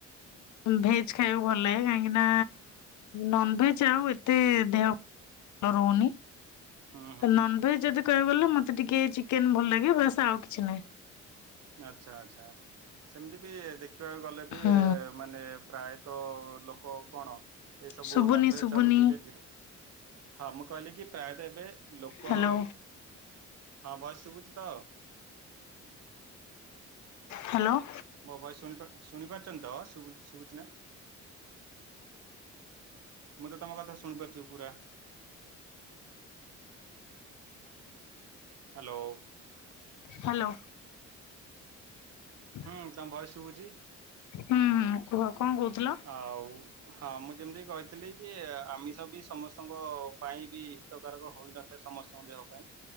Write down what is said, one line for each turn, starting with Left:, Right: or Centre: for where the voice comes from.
Left: ଭେଜ ଖାଇବାକୁ ଭଲ ଲାଗେ କାହିଁକି ନା ନନଭେଜ ଆଉ ଏତେ ଦେହ ରହୁନି।
Right: ହୁଁ ହୁଁ
Left: ନନଭେଜ ଯଦି କହିବାକୁ ଗଲେ ମତେ ଟିକେ ଚିକେନ ଭଲ ଲାଗେ ବାସ୍ ଆଉ କିଛି ନାହିଁ।
Right: ଆଚ୍ଛା ଆଚ୍ଛା ସେମିତି ବି ଦେଖିବାକୁ ଗଲେ ବି
Left: ହୁଁ
Right: ମାନେ ପ୍ରାୟତଃ ଲୋକ କଣ ଏ ସବୁ
Left: ଶୁଭୁନି
Right: ନନଭେଜ
Left: ଶୁଭୁନି
Right: ଠାରୁ ଧୀରେ ଧୀରେ ହଁ ମୁଁ କହିଲି କି ପ୍ରାୟତଃ ଏବେ ଲୋକ
Left: ହ୍ୟାଲୋ
Right: ହଁ ଭସ୍ ଶୁଭୁଛି ତ?
Left: ହ୍ୟାଲୋ।
Right: ମୋ ଭୟସ ସୁଣି ଶୁଣି ପାରୁଛନ୍ତି ତ ସୁବୁ ଶୁବୁଚି ଶୁଭୁଛିି ନା। ମୁଁ ତ ତମ କଥା ଶୁଣିପାରୁଚି ପୁରା। ହ୍ୟାଲୋ।
Left: ହ୍ୟାଲୋ। <inaudible>
Right: ହୁଁ ତମ ଭଏସ ଶୁଭୁଛି।
Left: ହୁଁ ହୁଁ କୁହ କଣ କହୁଥିଲ?
Right: ଆଉ ହଁ ମୁଁ ଯେମିତି କହିଥିଲି କି ଆମିଷ ବି ସମସ୍ତଙ୍କ ପାଇଁ ବି ହିତକାରକ ହୋଇନଥାଏ ସମସ୍ତଙ୍କ ଦେହ ପାଇଁ।